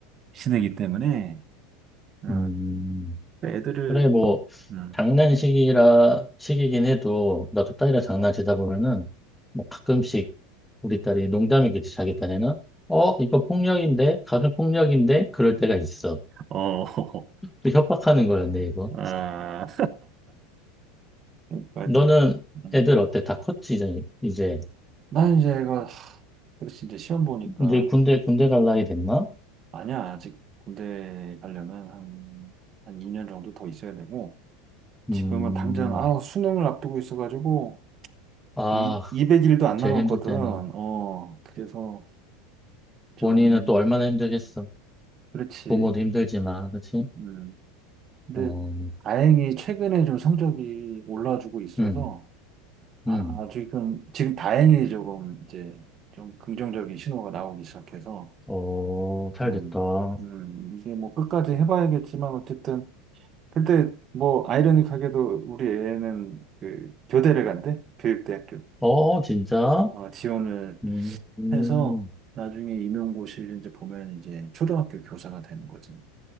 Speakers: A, on the right; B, in the centre.
A: 시대이기 때문에 어,
B: 음.
A: 그 애들을
B: 그래, 뭐,
A: 음,
B: 장난식이라, 식이긴 해도, 나도 딸이랑 장난치다 보면은, 뭐, 가끔씩 우리 딸이 농담이겠지, 자기 딴에는. 어, 이거 폭력인데? 가정폭력인데? 그럴 때가 있어.
A: 어, <laughs>
B: 또 협박하는 거였네, 이거.
A: 아, 그러니까
B: 너는
A: 음.
B: 애들 어때? 다 컸지, 이제? 이제
A: 난 이제 애가 하, 그래서 이제 시험 보니까
B: 이제 군대, 군대 갈 나이 됐나?
A: 아니야 아직 군대 가려면 한, 한 2년 정도 더 있어야 되고.
B: 음,
A: 지금은 당장, 아, 수능을 앞두고 있어가지고,
B: 아,
A: 이, 200일도 안
B: 제일
A: 남았거든.
B: 힘들 때는.
A: 어, 그래서 좀,
B: 본인은 또 얼마나 힘들겠어.
A: 그렇지.
B: 부모도 힘들지만, 그치?
A: 음. 근데
B: 어,
A: 다행히 최근에 좀 성적이 올라주고 있어서,
B: 음,
A: 아,
B: 음.
A: 지금, 지금 다행히 조금 이제 좀 긍정적인 신호가 나오기 시작해서,
B: 어, 잘
A: 음,
B: 됐다.
A: 음, 이게 뭐 끝까지 해봐야겠지만, 어쨌든, 그때 뭐 아이러니하게도 우리 애는 그 교대를 간대, 교육대학교.
B: 어, 진짜?
A: 어, 지원을
B: 음, 음.
A: 해서 나중에 임용고시를 이제 보면 이제 초등학교 교사가 되는 거지.